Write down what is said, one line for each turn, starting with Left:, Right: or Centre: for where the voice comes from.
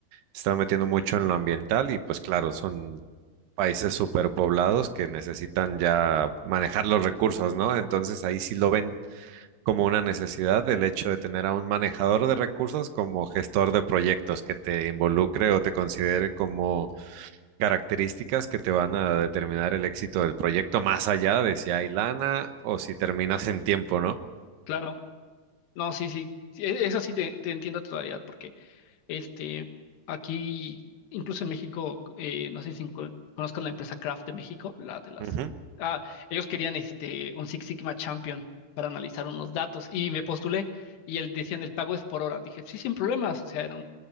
Right: se están metiendo mucho en lo ambiental y pues claro, son países superpoblados que necesitan ya manejar los recursos, ¿no? Entonces ahí sí lo ven como una necesidad el hecho de tener a un manejador de recursos como gestor de proyectos que te involucre o te considere como características que te van a determinar el éxito del proyecto más allá de si hay lana o si terminas en tiempo, ¿no?
Left: Claro, no, sí, sí, sí, e- eso sí te, te entiendo a totalidad, porque Este, aquí, incluso en México, eh, no sé si encu- conozcas la empresa Kraft de México, la de las...
Right: Ujú,
Left: Ah, ellos querían este, un Six Sigma Champion para analizar unos datos y me postulé y él decían el pago es por hora. Dije, sí, sin problemas, o sea, era